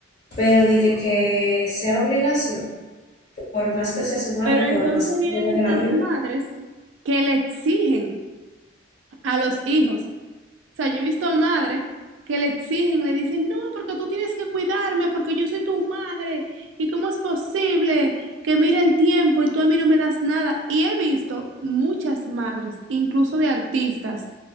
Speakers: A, on the left; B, on the right.
A: Pero de que que sea obligación por más que sea su madre,
B: Pero entonces
A: por más que
B: vienen
A: venga
B: estas
A: de la vida.
B: madres que le exigen a los hijos O sea, yo he visto madres que le exigen, le dicen, no, porque tú tienes que cuidarme, porque yo soy tu madre, y cómo es posible que mire el tiempo y tú a mí no me das nada. Y he visto muchas madres, incluso de artistas,